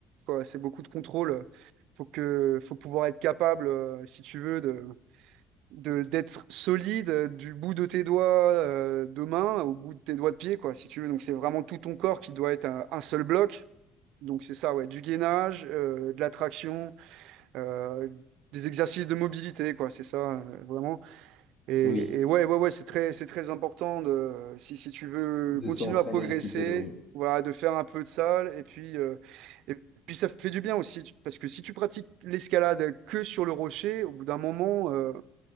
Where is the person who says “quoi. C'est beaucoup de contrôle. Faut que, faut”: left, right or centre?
Right